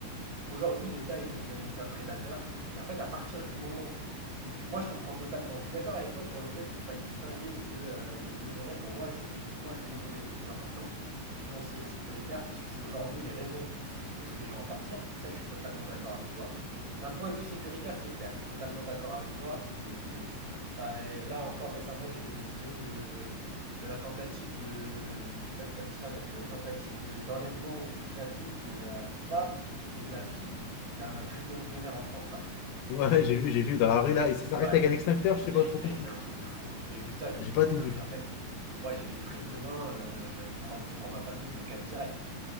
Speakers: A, on the right; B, on the left.
A: Aujourd'hui, l'État est devenu un État prédateur. Et en fait, à partir du moment où tu- moi je comprends totalement, je suis d'accord avec toi sur le fait qu'il faille distinguer les deux, euh, les deux volets. Pour moi, c'est effectivement les deux volets les plus importants, financiers et sécuritaires, parce que c'est aujourd'hui les raisons qui poussent les gens à partir. Donc ça, je suis totalement d'accord avec toi. D'un point de vue sécuritaire, c'est clair, totalement d'accord avec toi. C'est, c'est- c'est- bah, euh, là encore récemment, j'ai vu les vidéos de, de la tentative de, je sais pas si t'as vu ça, là, de tentative de, d'enlèvement, de kidnapping de la femme et de la fille d'un crypto-millionnaire en France, là.
B: Ouais, j'ai vu, j'ai vu dans la rue là, et ça s'arrête
A: Ouais.
B: avec un extincteur, je sais
A: Hey,
B: pas trop
A: mec,
B: compris
A: c'est
B: pourquoi.
A: un truc de fou. J'ai vu ça, je me
B: J'ai
A: suis
B: pas
A: dit, putain,
B: tout vu.
A: mais en fait, moi, j'ai du fric demain, euh, je prends, je prends ma famille, je me casse direct.